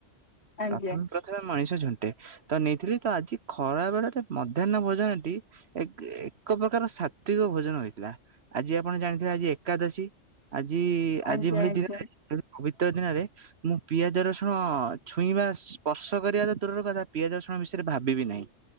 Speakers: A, on the left; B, on the right.
A: ଆଜ୍ଞା
B: ପ୍ରଥମେ ପ୍ରଥମେ ମଣିଷ ଝୁଣ୍ଟେ। ତ ନେଇଥିଲି ତ ଆଜି ଖରା ବେଳରେ ମଧ୍ୟାହ୍ନ ଭୋଜନଟି ଏକ ଏକ ପ୍ରକାର ସାତ୍ଵିକ ଭୋଜନ ହୋଇଥିଲା ଆଜି ଆପଣ ଜାଣିଥିବେ ଆଜି ଏକାଦଶୀ ଆଜି ଆଜି
A: ଆଜ୍ଞା
B: ଭଳି
A: ଆଜ୍ଞା
B: ଦିନରେ ପବିତ୍ର ଦିନରେ ମୁଁ ପିଆଜ ରସୁଣ ଛୁଇଁବା ସ୍ପର୍ଶ କରିବା ତ ଦୂରର କଥା ପିଆଜ ରସୁଣ ବିଷୟରେ ଭାବିବି ନାହିଁ।